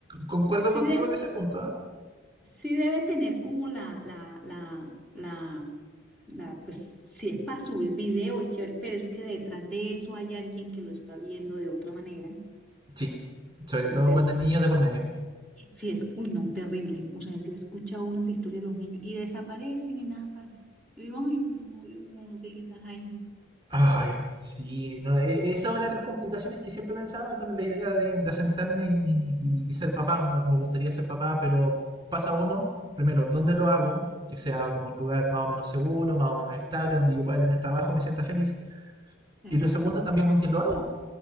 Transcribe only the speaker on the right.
concuerdo
contigo en ese punto. ¿ah?
Sí. Sobre
todo cuando el niño de por medio.
Ay, sí. No, e- esa es una de las complicaciones que siempre he pensado con la idea de, de asentarme y, y- y ser papá. Me me gustaría ser papá, pero pasa uno, primero, ¿dónde lo hago? Que sea como un lugar más o menos seguro, más o menos estable, donde yo pueda tener trabajo, me sienta feliz.
Y lo segundo, también con quién lo hago.